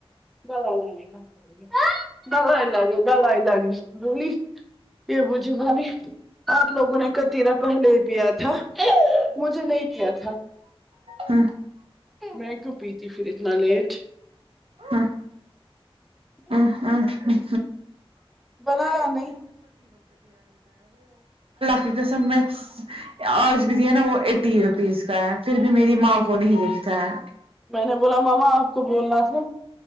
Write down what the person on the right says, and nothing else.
ج <inaudible>
ہاں
<unintelligible> <unintelligible> اللہ
کی قسم میں آج بھی دیا نا وہ ایٹی روپیز کا ہے پھر بھی میری ماں کو نہیں دکھتا ہے